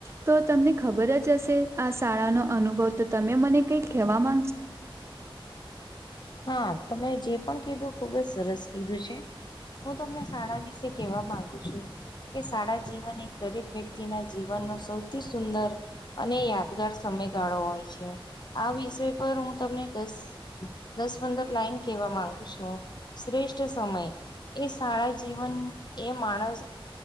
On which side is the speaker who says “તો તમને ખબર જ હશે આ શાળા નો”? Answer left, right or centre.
Right